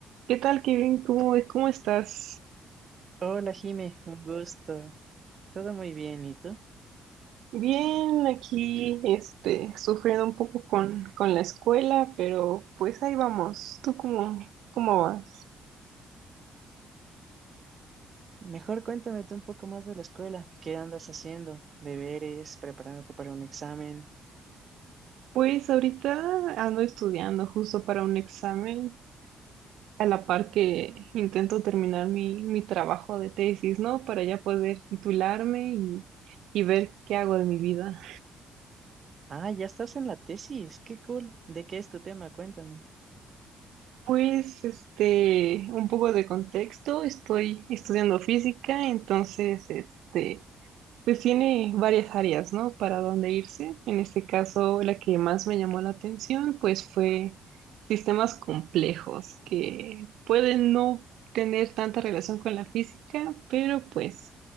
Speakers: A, on the right; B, on the right.
A: ¿Qué tal, Kevin? ¿Cómo, cómo estás?
B: Hola Jime, un gusto. Todo muy bien, ¿y tú?
A: Bien, aquí, este, sufriendo un poco con, con la escuela, pero pues ahí vamos. ¿Tú cómo, cómo vas?
B: Mejor cuéntame tú un poco más de la escuela. ¿Qué andas haciendo? ¿Deberes? ¿Preparándote para un examen?
A: Pues ahorita ando estudiando justo para un examen, a la par que intento terminar mi, mi trabajo de tesis, ¿no? Para ya poder titularme y, y ver qué hago de mi vida.
B: Ah, ya estás en la tesis. Qué cool. ¿De qué es tu tema? Cuéntame.
A: Pues, este, un poco de contexto, estoy estudiando física, entonces, este... Pues tiene varias áreas, ¿no? Para dónde irse. En este caso, la que más me llamó la atención, pues fue sistemas complejos que pueden no tener tanta relación con la física, pero pues